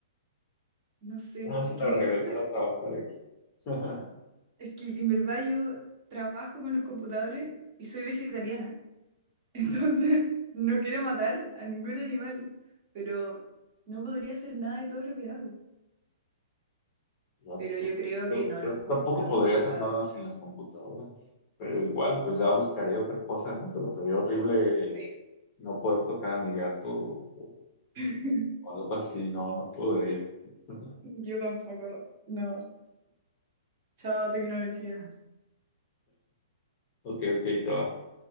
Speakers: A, on the right (about 25°); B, on the left (about 20°).
A: no sé.
B: vamos
A: Es que
B: a regresar
A: igual soy...
B: a trabajar aquí. <laughs>
A: Es que en verdad yo trabajo con los computadores y soy vegetariana. <laughs> Entonces, no quiero matar a ningún animal. Pero no podría hacer nada de todo lo que hago.
B: No
A: Pero
B: sé,
A: yo creo
B: yo,
A: que no,
B: yo
A: los, com-
B: tampoco
A: los
B: podría
A: computadores.
B: hacer nada sin las computadoras, pero igual, pues ya buscaré otra cosa, ¿no? Pero sería horrible
A: Sí.
B: no poder tocar a mi gato o
A: <laughs>
B: o algo así, no, no podría. <laughs>
A: Yo tampoco. No. Chao, tecnología.
B: Ok, ok, te va.